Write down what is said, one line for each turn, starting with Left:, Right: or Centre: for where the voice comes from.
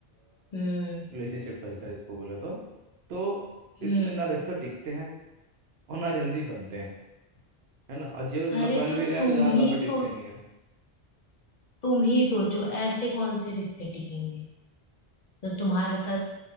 Left: हम्म
Right: रिलेशनशिप कल्चर इसको बोले तो तो
Left: हम्म
Right: इसमें ना रिश्ते टिकते हैं और ना जल्दी बनते हैं है ना और जो मतलब
Left: अरे
Right: बन
Left: तो
Right: भी गए
Left: तुम
Right: तो ज़्यादा
Left: ही
Right: लंबे टिकते
Left: सो
Right: नहीं है
Left: तुम ही सोचो ऐसे कौन से रिश्ते टिकेंगे तो तुम्हारे साथ